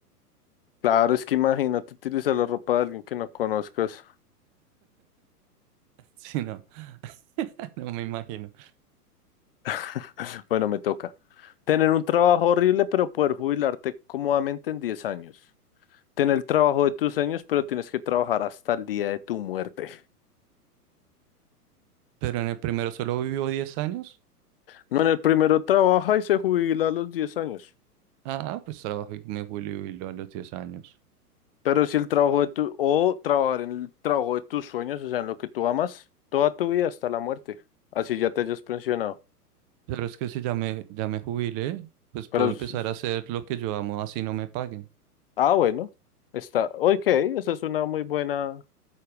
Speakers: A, on the left; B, on the right.
A: Claro, es que imagínate utilizar la ropa de alguien que no conozcas.
B: Sí, no. <laughs> No me imagino.
A: <laughs> Bueno, me toca. Tener un trabajo horrible, pero poder jubilarte cómodamente en 10 años. Ten el trabajo de tus sueños, pero tienes que trabajar hasta el día de tu muerte.
B: Pero en el primero solo vivió diez años.
A: No, en el primero trabaja y se jubila a los 10 años.
B: Ah, pues trabajo y me jubilo a los 10 años.
A: Pero si el trabajo de tu, o trabajar en el trabajo de tus sueños, o sea, en lo que tú amas, toda tu vida hasta la muerte. Así ya te hayas pensionado.
B: Pero es que si ya me, ya me jubilé, pues puedo
A: Pero,
B: empezar
A: s- s-
B: a hacer lo que yo amo, así no me paguen.
A: ah, bueno, está, ok, esa es una muy buena